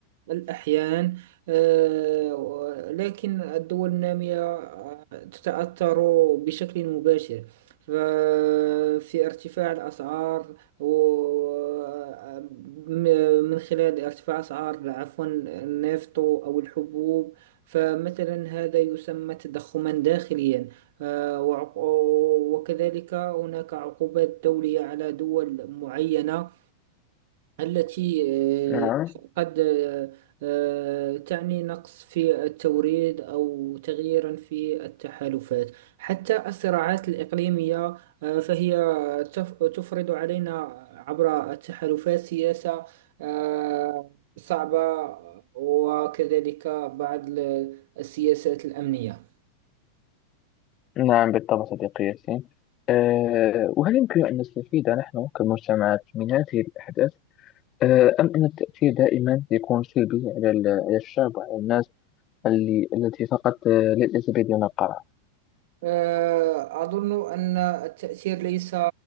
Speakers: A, on the right (about 50°); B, on the left (about 30°).
A: الأحيان آه، و- لكن الدول النامية آه، تتأثر بشكل مباشر ففي ارتفاع الأسعار و- م- من خلال ارتفاع أسعار عفوا النفط أو الحبوب فمثلا هذا يسمى تضخما داخليا آه، وعق- وكذلك هناك عقوبات دولية على دول معينة التي
B: نعم
A: آه، قد آه، آه، تعني نقص في التوريد أو تغييرا في التحالفات حتى الصراعات الإقليمية آه، فهي تف- تفرض علينا عبر التحالفات سياسة آه، صعبة وكذلك بعض ال- السياسات الأمنية
B: نعم بالطبع صديقي ياسين أه وهل يمكن أن نستفيد نحن كمجتمعات من هذه الأحداث أه أم أن التأثير دائما يكون سلبي على ال- على الشعب وعلى الناس اللي التي فقط آه، ليس بيدنا القرار
A: آه، أظن أن التأثير ليس